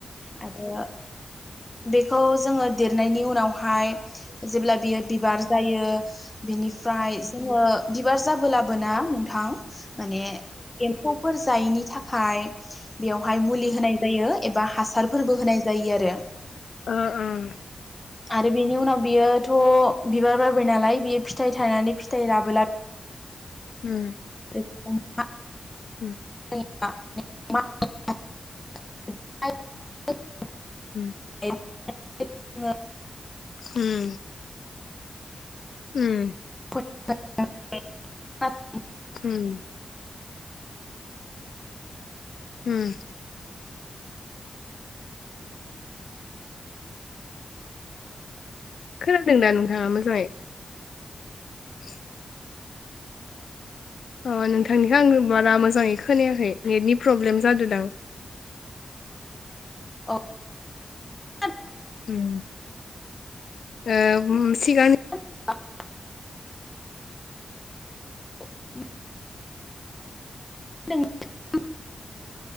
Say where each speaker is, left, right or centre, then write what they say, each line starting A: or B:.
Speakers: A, on the left (about 20°); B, on the left (about 80°).
A: आरो बेखौ जोङो देरनायनि उनावहाय जो बियो बिबार जायो बिनिफ्राय जोङो बिबार जाबोलाबोना नोंथां माने एम्फौ फोर जायैनि थाखाय बेवहाय मुलि होनाय जायो। एबा हासारफोरबो होनाय जायो आरो।
B: उम उम
A: आरो बेनि उनाव बियो थ' बिबार बारबाय नालाय बियो फिथाइ थायनानै फिथाइ राबोला
B: उम
A: <inaudible>
B: उम
A: <inaudible>
B: उम
A: <inaudible>
B: उम उम
A: <inaudible>
B: उम उम खोनादों ना नोंथाङा मोजाङै? <inaudible> अ नोंथांनिखौ आङो बारा मोजाङै खोनायाखै नेतनि प्रब्लेम जादोदां।
A: अ <inaudible>
B: उम ओ बुहुत सिगांनि
A: <inaudible> <inaudible>